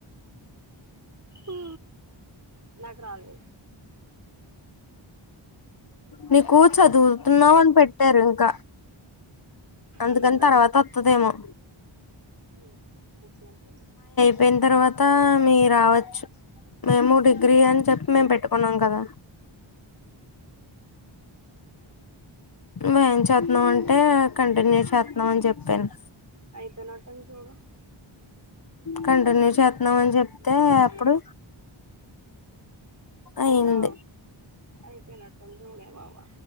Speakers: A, on the right (about 35°); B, on the left (about 45°).
A: ఉ నాక్ రాలేదు
B: నీకు చదువు తున్నావు అని పెట్టారు ఇంక అందుకని
A: అందుకే
B: తర్వాత ఒత్తదేమో
A: హు వచ్చినట్టలే
B: పోయిన్ తర్వాతా మీ రావచ్చు మేము డిగ్రీ అని చెప్పి మేము పెట్టుకున్నాం కదా మే చేత్నామ్ అంటే కంటిన్యూ చేత్నామ్ అని చెప్పేను
A: అయిపోయినట్టు ఉంది చూడు
B: కంటిన్యూ చేత్నామ్ అని చెప్తే అప్పుడు అయింది
A: హలో అయిపోనట్టు ఉందే జూడే వావా